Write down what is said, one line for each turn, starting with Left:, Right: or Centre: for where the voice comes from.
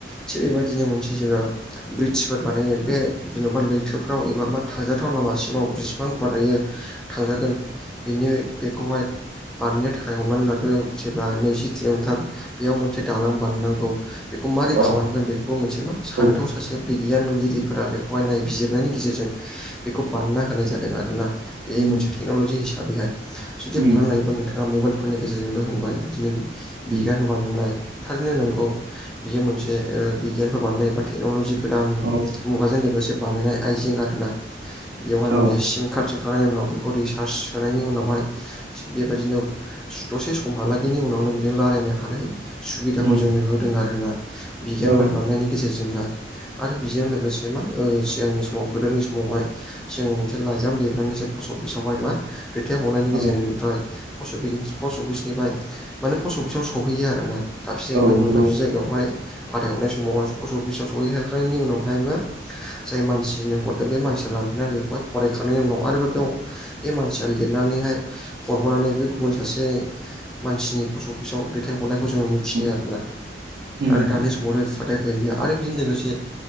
Centre: थिग बेबायदिनो मोनसे जुगा ब्रिटसफोर बानायो बे जेनबा लैथोफ्राव एबा मा थांजाथाव लामासिमाव बिसिबां गुवार लायो थांजागोन बिनि बेखौहाय बानायनो थाखाय हमनानै लादो जेब्ला नैजि किल'मिटार बेयाव मोनसे दालां बानाय नांगौ बेखौ मारै
Right: उम अ औ
Centre: खालामगोन बेखौबो मोनसे मा सान्थौ
Right: औ उम
Centre: सा सासे बिगियानगिरिफोरा बेखौहाय नायबिजिरनायनि गेजेरजों बेखौ बानायना होनाय जा दों आरोना बे
Right: उम
Centre: मोनसे टेकनलजि हिसाबैहाय जुदि
Right: उम
Centre: हमनानै लायोबा नोंथाङा मबाइल फोरनि गेजेरजोंबो होनबाय बिदिनो बिगियान
Right: उम
Centre: बानायनाय थारैनो नंगौ बियो मोनसे बिगियानफोर बानायनाय बा टेक्नलजि गोदान
Right: औ
Centre: मुगाजों लोगोसे बानायनाय आइजें आरोना बेयावहाय
Right: औ
Centre: मोनसे सिम कार्ड खांनायनि उनाव बेखौ रिसार्च सोनायनि उनावहाय थिग बेबायदिनो दसे समहालागैनि उनावनो बिजों रायलायनो हानाय सुबिदाखौ
Right: उम
Centre: जोंनो होदों आरोना बिगियानफोर
Right: औ उम
Centre: बानायनायनि गेजेरजोंहा आरो बेजों लोगो से मा सिगांनि समाव गोदोनि समावहाय सिगाङाव मोनसे लाइजाम लिरनानैसो पस्ट अफिसावहाय मा दैथायहरनायनि
Right: औ
Centre: गेजेरनिफ्राय पस्ट अफिस पस्ट अफिसनिफाय माने पस्ट अफिसाव सहैयो आरोना दाबसे जायगानिफ्राय
Right: औ
Centre: गुबुन
Right: नंगौ
Centre: दाबसे जायगायावहाय फाथायहरनाय समाव पस्टअफिसाव सहैखांनायनि उनावहायमा जाय मानसिनो हरदों बे मानसिया लांफैनानै बेखौहाय फरायखांनायनि उनाव आरोबाव बेयाव बे मानसिया लिरनानैहाय हरबोनानै बे गुबुन सासे मानसिनि पस्ट अफिसाव दैथाय हरनायखौ जों थियो
Right: उम
Centre: आरोना
Right: उम
Centre: आरो दानि समाव बि फादाया <unintelligible> गैलिया आरो बेजों लोगोसे